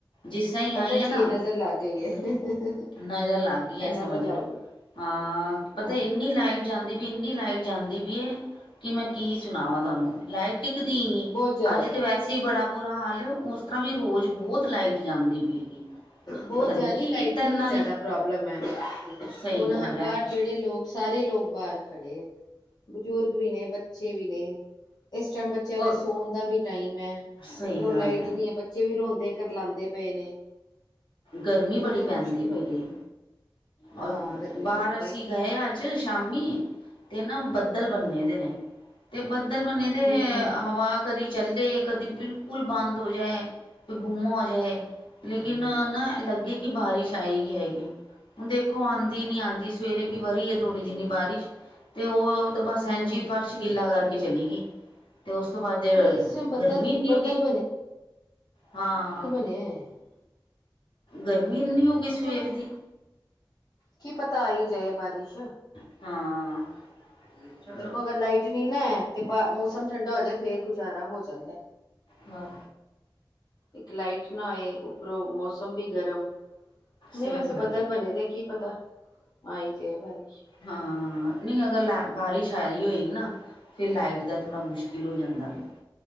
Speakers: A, on the left; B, on the left.
A: ਜਿਸ ਤਰ੍ਹਾਂ ਹੀ
B: ਪਤਾ
A: ਆਈ ਆ ਨਾਂ,
B: ਕੀ ਇਹ ਨਜ਼ਰ ਲੱਗ ਗਈ
A: ਹੂ
B: ਹੈ ਇਹ
A: ਨਜ਼ਰ ਲੱਗ ਗਈ ਆ ਸਮਝ
B: ਨਜ਼ਰ ਲੱਗ
A: ਲੋ।
B: ਗਈ
A: ਹਾਂ ਪਤਾ
B: ਹਾਂ
A: ਇੰਨੀ ਲਾਈਟ ਜਾਂਦੀ ਵੀ ਇੰਨੀ ਲਾਈਟ ਜਾਂਦੀ ਵੀ ਹੈ ਕਿ ਮੈਂ ਕੀ ਸੁਣਾਵਾਾਂ ਤੁਹਾਨੂੰ ਲਾਈਟ ਟਿਕਦੀ ਈ ਨੀ।
B: ਬਹੁਤ ਜਾ
A: ਅੱਜ
B: ਰਹੀ
A: ਤੇ ਵੈਸੇ
B: ਹੈ
A: ਹੀ ਬੜਾ ਬੁਰਾ ਹਾਲ ਏ ਉਸ ਤਰ੍ਹਾਂ ਵੀ ਰੋਜ਼ ਬਹੁਤ ਲਾਈਟ ਜਾਂਦੀ ਪਈ ਹੈਗੀ।
B: ਬਹੁਤ
A: ਪਤਾ ਨੀ
B: ਜ਼ਾਦੀ
A: ਕੀ
B: ਲਾਈਟ
A: ਕੀਤਾ
B: ਦੀ
A: ਇਹਨਾਂ
B: ਹੀ ਜ਼ਿਆਦਾ
A: ਨੇ
B: ਪ੍ਰੋਬਲਮ ਹੈ,
A: ਸਹੀ
B: ਹੁਣ
A: ਗੱਲ
B: ਬਾਹਰ
A: ਐ।
B: ਜਿਹੜੇ ਲੋਕ ਸਾਰੇ ਲੋਕ ਬਾਹਰ ਖੜੇ ਹੈ। ਬਜ਼ੁਰਗ ਵੀ ਨੇ, ਬੱਚੇ ਵੀ ਨੇ ਇਸ ਟਾਈਮ ਬਸ ਜਦ
A: ਔਰ
B: ਸੌਣ ਦਾ ਵੀ ਟਾਈਮ ਹੈ।
A: ਸਹੀ
B: ਉੱਪਰੋਂ
A: ਗੱਲ
B: ਲਾਈਟ
A: ਐ
B: ਨੀਂ ਹੈ। ਬੱਚੇ ਵੀ ਰੋਂਦੇ ਕੁਰਲਾਉਂਦੇ ਪਏ ਨੇ।
A: ਗਰਮੀ ਬੜੀ
B: ਇਹ ਮੁਸ਼ਕਿਲ
A: ਪੈਂਦੀ ਪਈ
B: ਹੋ ਗਈ
A: ਏ,
B: ਹਾਂ
A: ਔਰ
B: ਗਰਮੀ
A: ਬਾਹਰ
B: ਬਹੁਤ
A: ਅਸੀਂ
B: ਹੈ ਇੱਕ
A: ਗਏ ਅ ਜਦੋਂ ਸ਼ਾਮੀ ਤੇ ਨਾ ਬੱਦਲ ਬੰਨੇ
B: ਹਮ
A: ਦੇ ਨੇ। ਤੇ ਬੱਦਲ ਬੰਨੇ ਦੇ
B: ਹਮ ਹਮ
A: ਹਵਾ ਕਦੀ ਚੱਲੇ ਕਦੀ ਬਿਲਕੁਲ ਬੰਦ ਹੋ ਜਾਏ। ਗੁੰਮ ਹੋ ਜਾਏ ਲੇਕਿਨ ਨਾ ਲੱਗੇ ਕਿ ਬਾਰਿਸ਼ ਆਏ ਗਈ ਆਏ ਗਈ ਹੈਗੀ। ਦੇਖੋ ਆਂਦੀ ਨਹੀਂ ਆਂਦੀ ਸਵੇਰੇ ਵੀ ਵਰੇਰੀ ਆ ਥੋੜੀ ਜਿਨੀ ਬਾਰਿਸ਼ ਤੇ ਉਹ ਤੋ ਬਸ
B: ਹਮ
A: ਐਜੀ ਫਰਸ਼ ਗਿੱਲਾ ਕਰਕੇ ਚਲੀ ਗਈ ਤੇ ਉਸ ਤੋਂ ਬਾਅਦ
B: ਨਹੀਂ ਇਸ ਟਾਈਮ ਬੱਦਲ
A: ਗਰਮੀ ਇਨੀ
B: ਬੱਦਲ
A: ਹੋ ਗਈ ਹਾਂ
B: ਐ
A: ਗਰਮੀ ਇੰਨੀ ਹੋ ਗਈ ਸਵੇਰ
B: ਚਲੋ
A: ਦੀ
B: ਕੀ ਪਤਾ ਆਈ ਜਾਏ ਬਾਰਿਸ਼
A: ਹਾਂ ਚਲੋ
B: ਦੇਖੋ ਅਗਰ ਲਾਈਟ ਨੀ ਨਾਹੈ ਤੇ ਮੌਸਮ ਠੰਡਾ ਹੋ ਜਾਵੇ ਫੇਰ ਗੁਜ਼ਾਰਾ ਹੋ ਜਾਂਦਾ
A: ਹਾਂ
B: ਇੱਕ ਲਾਈਟ ਨਾ ਹੋਏ ਉਪਰੋਂ ਮੌਸਮ ਵੀ ਗਰਮ ਨਹੀਂ
A: ਸਹੀ
B: ਵੈਸੇ
A: ਗੱਲ
B: ਬੱਦਲ
A: ਹੈ
B: ਬਣੇ ਦੇ ਕੀ ਪਤਾ ਆਈ ਜੇ ਬਾਰਿਸ਼
A: ਹਾਂ ਨਹੀਂ ਅਗਰ ਲੈ ਬਾਰਿਸ਼ ਆਈ ਹੋਏਗੀ ਨਾ ਫਿਰ ਲਾਈਟ ਦਾ ਥੋੜ੍ਹਾ ਮੁਸ਼ਕਿਲ ਹੋ ਜਾਂਦਾ ਵ